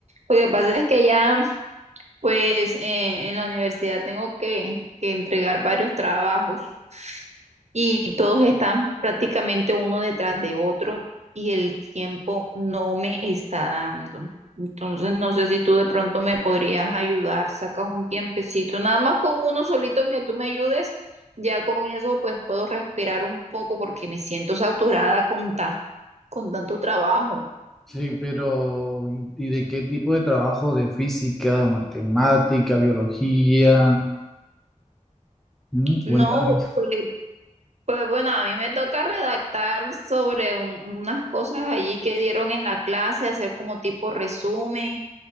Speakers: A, on the right; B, in the centre.
A: Lo que pasa es que ya Pues eh, en la universidad tengo que, que entregar varios trabajos y todos están prácticamente uno detrás de otro y el tiempo no me está dando. Entonces no sé si tú de pronto me podrías ayudar, sacas un tiempecito, nada más con uno solito que tú me ayudes, ya con eso pues puedo respirar un poco porque me siento saturada con, ta- con tanto trabajo.
B: Sí, pero ¿y y de qué tipo de trabajo? ¿De física, matemática, biología? Mm,
A: No,
B: Cuéntame.
A: pues Pues bueno, a mí me toca redactar sobre un- unas cosas allí que dieron en la clase, hacer como tipo resumen